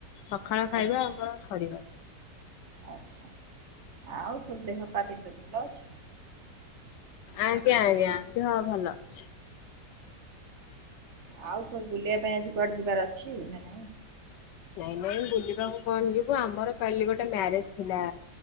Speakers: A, on the left; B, on the right.
A: ସକାଳ ଖାଇବା
B: ଆଚ୍ଛା
A: ଆମର ସରିଗଲା।
B: ଆଚ୍ଛା। ଆଉ ସବୁ ଦେହ ପାହା କେମତି ଭଲ ଅଛି?
A: ଆଜ୍ଞା ଆଜ୍ଞା। ଦେହ ଭଲ ଅଛି।
B: ଆଉ ସବୁ ବୁଲିବା ପାଇଁ ଆଜି କୁଆଡେ ଯିବାର ଅଛି ନା ନାଇଁ?
A: ନାଇଁ ନାଇଁ ବୁଲିବାକୁ କଣ ଯିବୁ ଆମର କାଲି ଗୋଟେ ମ୍ୟାରେଜ ଥିଲା